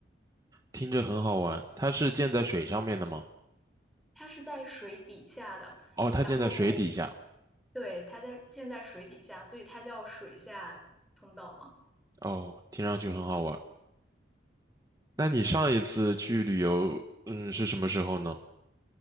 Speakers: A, on the right; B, in the centre.
A: 听着很好玩。它是建在水上面的吗？
B: 它是在水底下的，
A: 哦，它建在水底下。
B: 然后对，它在建在水底下，所以它叫水下通道嘛。
A: 哦，听上去很好玩。那你上一次去旅游，嗯，是什么时候呢？